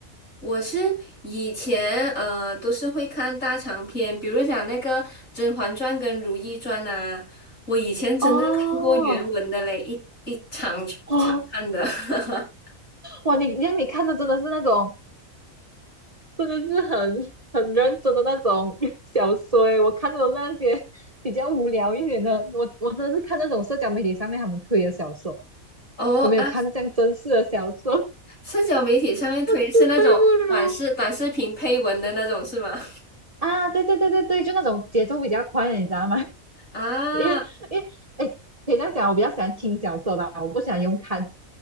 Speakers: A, on the left; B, on the right.
A: 我是以前呃都是会看大长篇，比如讲那个《甄嬛传》跟《如懿传》呐，我以前真的看过原文的嘞，
B: 哦，
A: 一一长长看的。
B: 哇
A: <laughs>
B: 哇，你让你看的真的是那种，真的是很很认真的那种 <laughs> 小说诶，我看的都是那些比较无聊一点的，我我真的是看那种社交媒体上面他们推的小说，
A: 哦啊，
B: 我没有看这样真实的小说，<laughs>
A: 社交媒体上面推是那种短视短视频配文的那种是吗？
B: 自愧不如。啊，对对对对对，就那种节奏比较快的，你知道吗？
A: 啊，
B: 因为因为哎，可以这样讲，我比较喜欢听小说吧，我不喜欢用看